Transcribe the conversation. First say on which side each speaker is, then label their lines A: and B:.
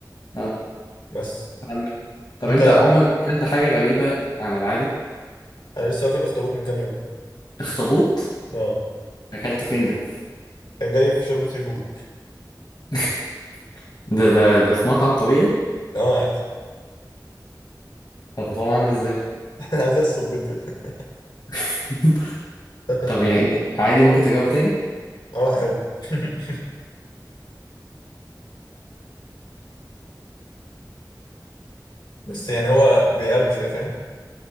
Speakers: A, on the left; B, on the left.
A: اه
B: بس
A: فهمت طب
B: انت
A: انت عمرك اكلت حاجة غريبة عن العادي
B: انا لسه واكل اخطبوط من كام يوم
A: اخطبوط
B: اه
A: اكلته فين ده
B: كان جاي في شوربه سي فود
A: <laughs> ده ده ده في مطعم طبيعي
B: اه عادي
A: طب طبعا عامل ازاي
B: <laughs> زي الصبيط كده
A: <laughs>
B: <laughs>
A: طب يعني انت عادي ممكن تجاوبه تاني
B: اه حلو <laughs> بس يعني هو بيقرمش كده فاهم